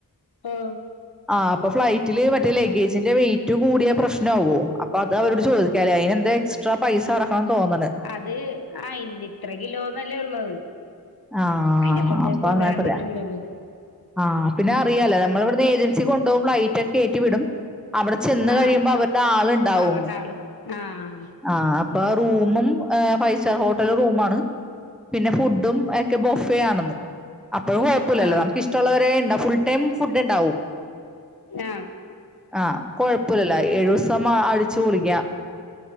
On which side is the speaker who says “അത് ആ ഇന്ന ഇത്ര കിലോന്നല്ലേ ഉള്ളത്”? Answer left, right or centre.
Left